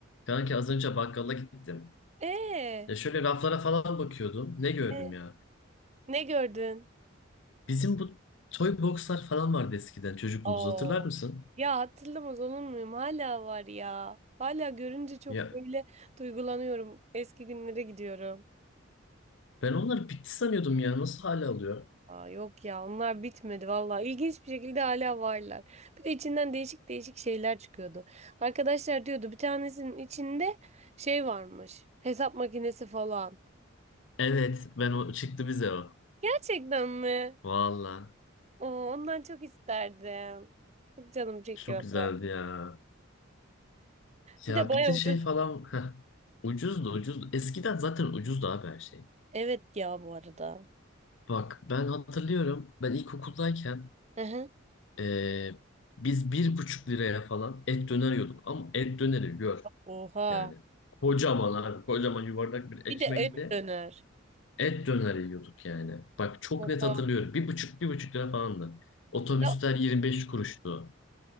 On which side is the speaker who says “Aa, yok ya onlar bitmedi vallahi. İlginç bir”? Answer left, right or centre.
Right